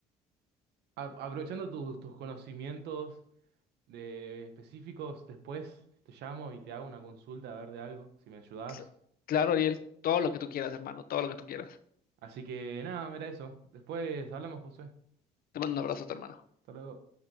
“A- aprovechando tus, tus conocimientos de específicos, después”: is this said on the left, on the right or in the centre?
Right